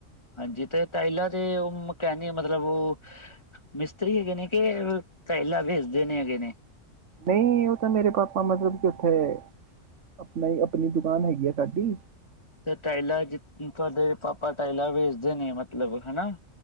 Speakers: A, on the left; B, on the right.
A: ਹਾਂਜੀ ਤੇ ਪਹਿਲਾਂ ਦੇ ਉਹ ਮਕੈਨਿਕ ਮਤਲਬ ਉਹ ਮਿਸਤਰੀ ਹੈਗੇ ਨੇ ਕਿ ਪਹਿਲਾਂ ਵੇਚਦੇ ਨੇ ਹੈਗੇ ਨੇ।
B: ਨਈਂ ਉਹ ਤਾਂ ਮੇਰੇ ਪਾਪਾ ਮਤਲਬ ਕਿ ਉੱਥੇ ਆਪਣਾ ਈ ਆਪਣੀ ਦੁਕਾਨ ਹੈਗੀ ਆ ਸਾਡੀ।
A: ਤੇ ਟਾਇਲ ਜ ਤੁਹਾਡੇ ਪਾਪਾ ਟਾਇਲ ਵੇਚਦੇ ਨੇ ਮਤਲਬ ਹਨਾਂ?